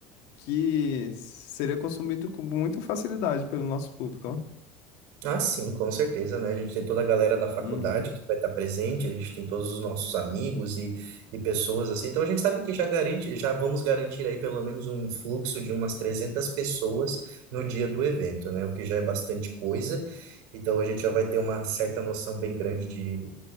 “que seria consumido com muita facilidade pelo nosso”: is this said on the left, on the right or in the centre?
Left